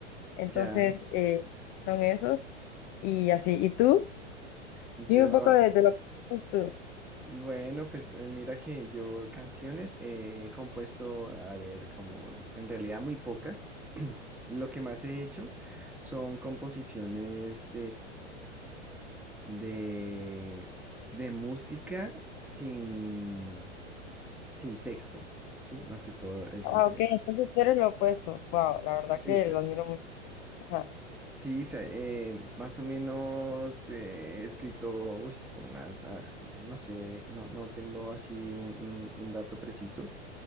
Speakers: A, on the left (about 25°); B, in the centre.
A: Entonces,
B: ya.
A: eh, son esos y así. ¿Y tú?
B: Yo,
A: Dime un poco de, de lo que haces tú.
B: bueno, pues eh, mira que yo canciones eh, he compuesto, a ver, como en realidad muy pocas. <clears throat> Lo que más he hecho son composiciones de, de música sin, sin texto, ¿sí? Más que todo es
A: Ah,
B: lo que...
A: ok, entonces tú eres lo opuesto. Wow, la verdad
B: Sí,
A: que
B: eh,
A: lo admiro mucho. Ajá.
B: sí, se- eh, más o menos eh, he escrito, uy, es como unas, ah, no sé, no, no tengo así un, un- un dato preciso,